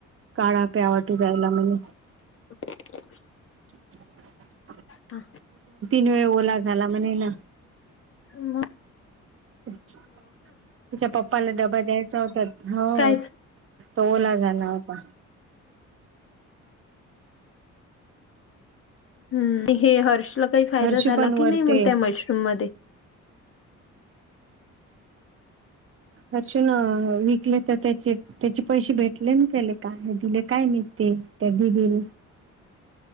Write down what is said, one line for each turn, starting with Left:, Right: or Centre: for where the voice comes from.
Right: काळा प्यावाटू रायला म्हणे.
Left: <inaudible>
Right: <inaudible>
Left: हा
Right: वे ओला झाला म्हणे ना
Left: ह <inaudible>
Right: तच्या पप्पाला ड <unintelligible> तो द्यायचा होता हो
Left: कायच
Right: तो ओला झाला होता.
Left: हम्म हे हर्षला काही फायदा
Right: हर्षू
Left: झाला
Right: पण
Left: की
Right: वर
Left: नाही मग
Right: ते
Left: त्या मशरूम मध्ये?
Right: हर्ष न विकले तर त्याचे त्याचे पैसे भेटले ना त्याले काय दिले काय नि ते ते त्या. <unintelligible>
Left: <inaudible>